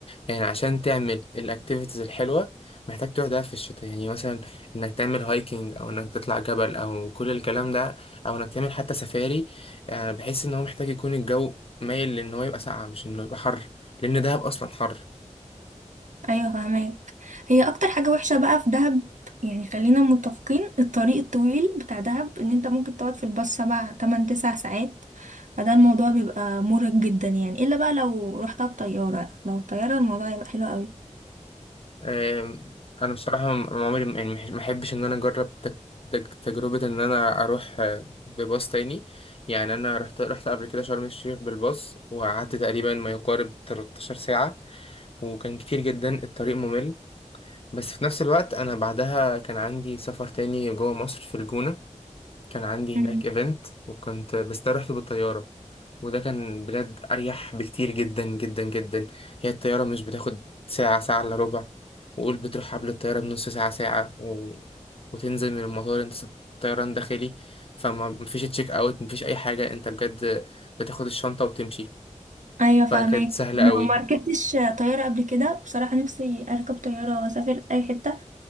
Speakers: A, on the left; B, on the right.
A: يعني عشان تعمل الأكتيفيتيز الحلوة محتاج تروح دهب في الشتاء يعني مثلا إنك تعمل هايكنج أو إنك تطلع جبل أو كل الكلام ده أو إنك تعمل حتى سفاري يعني بحس إن هو محتاج يكون الجو مايل لإن هو يبقى ساقعة مش إنه يبقى حر لأن دهب أصلا حر
B: ايوه فهماك هي اكتر حاجه وحشه بقى في دهب يعني خلينا متفقين الطريق الطويل بتاع دهب ان انت ممكن تقعد في الباص سبع تمن تسع ساعات فده الموضوع بيبقى مرهق جدا يعني الا بقى لو رحتها بطياره لو طياره الموضوع هيبقى حلو قوي
A: آم، انا بصراحه م- عمري م- يعني مح- ما احبش ان انا اجرب تج- تج- تجربه ان انا اروح آه، بباص تاني يعني انا رحت رحت قبل كده شرم الشيخ بالباص وقعدت تقريبا ما يقارب 13 ساعه وكان كتير جدا الطريق ممل بس في نفس الوقت انا بعدها كان عندي سفر تاني جوه مصر في الجونه كان عندي
B: مم.
A: هناك ايفنت وكنت بس ده رحت بالطيارة وده كان بجد أريح بكتير جدا جدا جدا هي الطيارة مش بتاخد ساعة ساعة إلا ربع وقول بتروح قبل الطيارة بنص ساعة ساعة و... وتنزل من المطار انت س- طيران داخلي فما مفيش تشيك اوت مفيش أي حاجة انت بجد بتاخد الشنطة وتمشي
B: ايوه فهماك
A: فكانت سهلة
B: لو
A: قوي
B: ما ركبتش طياره قبل كده بصراحه نفسي اركب طياره واسافر اي حته